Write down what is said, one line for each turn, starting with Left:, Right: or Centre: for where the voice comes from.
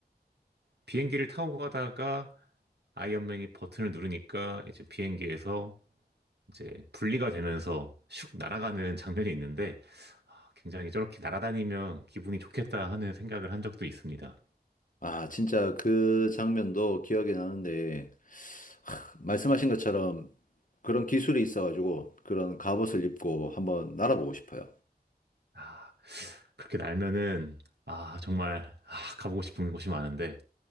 Right: 비행기를 타고 가다가 아이언맨이 버튼을 누르니까 이제 비행기에서 이제 분리가 되면서 슉 날아가는 장면이 있는데 아, 굉장히 저렇게 날아다니면 기분이 좋겠다 하는 생각을 한 적도 있습니다.
Left: 아, 진짜 그 장면도 기억이 나는데 말씀하신 것처럼 그런 기술이 있어가지고 그런 갑옷을 입고 한번 날아보고 싶어요.
Right: 아, 그렇게 날면은 아, 정말 아, 가보고 싶은 곳이 많은데